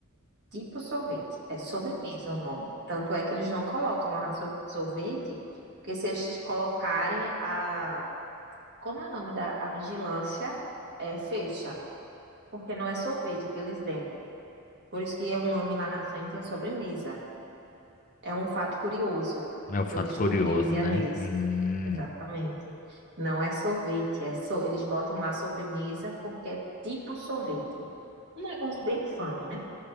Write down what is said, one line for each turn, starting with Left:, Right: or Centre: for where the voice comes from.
Right: Tipo sorvete, é sobremesa o nome. Tanto é que eles não colocam a so- sorvete, porque se eles colocarem a, como é o nome da a vigilância, é fecha, porque não é sorvete o que eles vendem. Por isso que é o nome lá na frente é sobremesa. É um fato curioso
Left: É um fato
Right: que eu descobri
Left: curioso,
Right: um dia
Left: né?
Right: desse.
Left: Hum,
Right: Exatamente. Não é sorvete, é so... eles botam lá sobremesa porque é tipo sorvete. Um negócio bem infame, né?